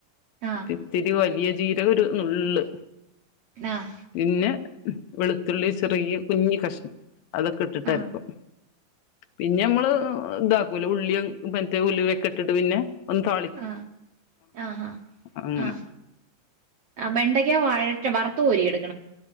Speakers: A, on the right; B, on the left.
A: ആഹ്
B: ഇത്തിരി വലിയ ജീരകം ഒരു നുള്ള്
A: ആഹ്
B: പിന്നെ വെളുത്തുള്ളി ചെറിയ കുഞ്ഞ് കഷ്ണം അതൊക്കെ ഇട്ടിട്ട്ര്ക്കും
A: ആഹ്
B: പിന്നെ നമ്മള് ഇതാക്കൂല്ലേ ഉള്ളിയും മറ്റേ ഉലുവയൊക്കെട്ടിട്ടു പിന്നെ ഒന്ന് താ-
A: ആ ആഹ്
B: അങ്ങനെ
A: ആ ആ വെണ്ടയ്ക്ക വഴറ്റി വറു കോരി എടുത്തു